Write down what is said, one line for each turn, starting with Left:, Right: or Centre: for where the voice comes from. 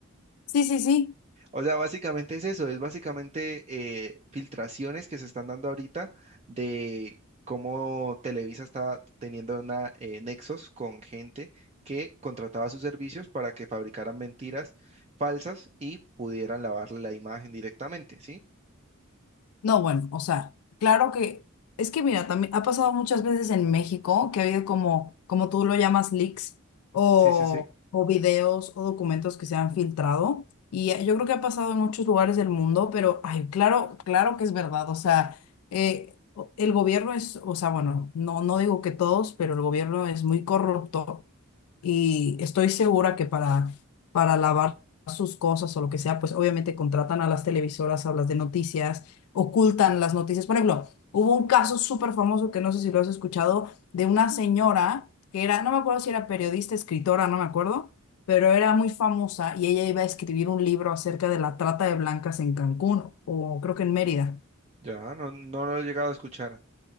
Left: Sí, sí, sí.
Right: O sea, básicamente es eso, es básicamente eh, filtraciones que se están dando ahorita de cómo Televisa está teniendo una, eh, nexos con gente que contrataba sus servicios para que fabricaran mentiras falsas y pudieran lavarle la imagen directamente, ¿sí?
Left: No, bueno, o sea, claro que es que mira, también ha pasado muchas veces en México que ha habido como, como tú lo llamas, leaks o,
Right: Sí, sí, sí.
Left: o videos o documentos que se han filtrado. Y eh, yo creo que ha pasado en muchos lugares del mundo, pero ay, claro, claro que es verdad. O sea, eh, o- el gobierno es, o sea, bueno, no, no digo que todos, pero el gobierno es muy corrupto y estoy segura que para, para lavar sus cosas o lo que sea, pues obviamente contratan a las televisoras, a las de noticias, ocultan las noticias. Por ejemplo, hubo un caso súper famoso que no sé si lo has escuchado, de una señora que era, no me acuerdo si era periodista, escritora, no me acuerdo, pero era muy famosa y ella iba a escribir un libro acerca de la trata de blancas en Cancún o creo que en Mérida.
Right: Ya, no, no lo he llegado a escuchar.